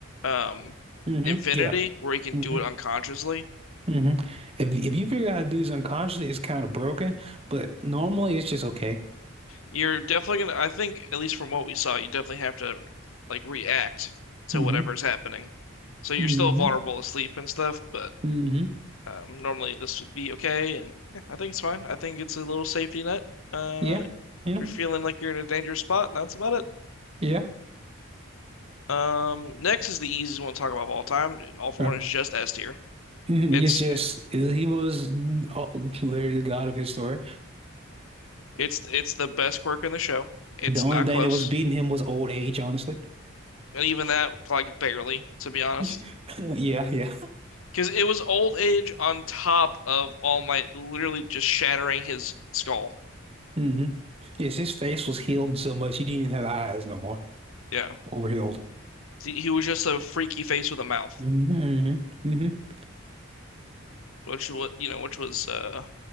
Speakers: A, on the left; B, on the right.
A: um,
B: hmm
A: Infinity,
B: yeah.
A: where he can
B: hmm
A: do it unconsciously.
B: hmm If if you figure out how to do this unconsciously, it's kind of broken. But normally, it's just okay.
A: You're definitely gonna, I think, at least from what we saw, you definitely have to like react to
B: hmm
A: whatever's happening. So you're
B: hmm
A: still vulnerable to sleep and stuff, but
B: hmm
A: um, normally this would be okay. And yeah, I think it's fine. I think it's a little safety net. Uh,
B: Yeah.
A: if
B: Yeah.
A: you're feeling like you're in a dangerous spot, that's about it.
B: Yeah.
A: Um, next is the easiest one to talk about of all time. All for
B: Uh,
A: One is just S tier.
B: mhm.
A: It's
B: It's just he was oh, clearly the god of his story.
A: it's it's the best quirk in the show. It's
B: The only
A: not
B: thing
A: close,
B: that was beating him was old age, honestly.
A: and even that like barely, to be honest.
B: <laughs> Yeah, yeah.
A: Because it was old age on top of All Might literally just shattering his skull.
B: hmm Yes, his face was healed so much he didn't even have eyes no more.
A: Yeah.
B: Overhealed.
A: He was just a freaky face with a mouth,
B: hmm hmm
A: which was, you know, which was uh